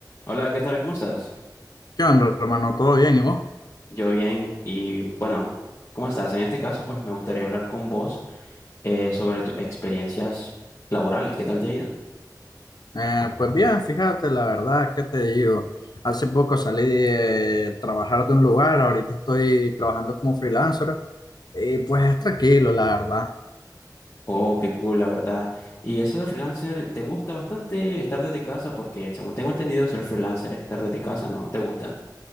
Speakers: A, on the left; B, on the left.
A: Hola, ¿qué tal? ¿Cómo estás?
B: ¿Qué onda, hermano? ¿Todo bien? ¿Y vos?
A: Yo bien y bueno, ¿cómo estás? En este caso, pues me gustaría hablar con vos eh, sobre tus experiencias laborales. ¿Qué tal te ha ido?
B: Eh, pues bien, fíjate, la verdad, ¿qué te digo? Hace poco salí de trabajar de un lugar, ahorita estoy trabajando como freelancer y pues es tranquilo, la verdad.
A: Oh, qué cool, la verdad. Y eso de freelancer, ¿te gusta bastante estar desde casa? Porque según tengo entendido, ser freelancer es estar desde casa, ¿no? ¿Te gusta?